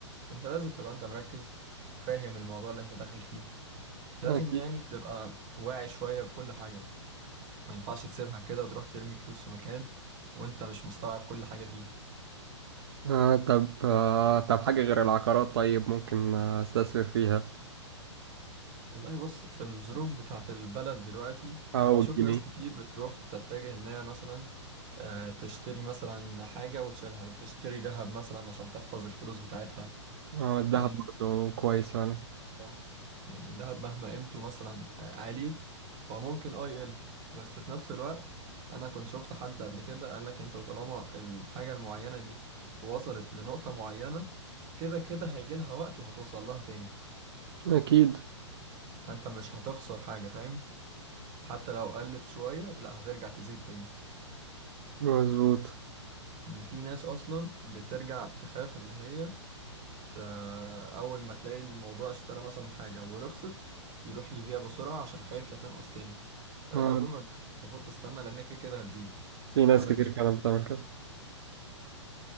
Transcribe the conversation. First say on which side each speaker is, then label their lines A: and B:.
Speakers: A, on the right; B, on the right.
A: انت لازم تبقى انت مركز فاهم الموضوع اللي انت داخل فيه لازم
B: أكيد
A: يعني تبقى واعي شوية بكل حاجة ما ينفعش تسيبها كده وتروح ترمي فلوس في مكان وانت مش مستوعب كل حاجة فيه
B: آه طب آه طب حاجة غير العقارات طيب ممكن آه، استثمر فيها
A: والله بص في الظروف بتاعت البلد دلوقتي
B: أو
A: انا بشوف
B: الجنيه
A: ناس كتير بتروح تتجه انها مثلا آه، تشتري مثلا حاجة وتشيلها تشتري ذهب مثلا عشان تحفظ الفلوس بتاعتها
B: آه الذهب
A: فاهم
B: برضه كويس فعلا
A: اه يعني الذهب مهما قيمته مثلا آه، عاليت هو ممكن اه يقل بس في نفس الوقت انا كنت شفت حد قبل كده قال لك انت طالما الحاجة المعينة دي وصلت لنقطة معينة كده كده هيجي لها وقت وهتوصل لها تاني
B: أكيد
A: فانت مش هتخسر حاجة فاهم حتى لو قلت شوية لا هترجع تزيد تاني
B: مظبوط
A: إن في ناس أصلا بترجع تخاف إن هي ت... أول ما تلاقي الموضوع اشترى مثلا حاجة ورخصت يروح يبيع بسرعة عشان خايف لا تنقص تاني لا
B: آه
A: أنت المفروض ما تبيعش أنت المفروض تستنى لأن كده كده هتزيد
B: في ناس
A: ولا
B: كتير
A: أنت شايف
B: فعلا بتعمل كده